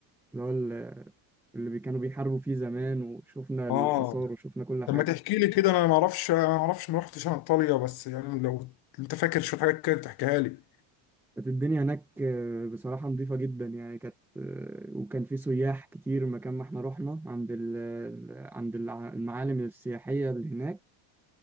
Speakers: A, in the centre; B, on the left (about 50°).
A: اللي هو ال- اللي بي- كانوا بيحاربوا فيه زمان وشفنا الآثار
B: اه
A: وشفنا كل حاجة
B: طب ما تحكي لي كده انا ما اعرفش انا ما اعرفش ما رحتش انا ايطاليا بس يعني لو انت فاكر شوية حاجات كده تحكيها لي
A: كانت الدنيا هناك آه، بصراحة نظيفة جدا يعني كانت آه، وكان في سياح كتير مكان ما احنا رحنا عند ال... ال- عند الع- المعالم السياحية اللي هناك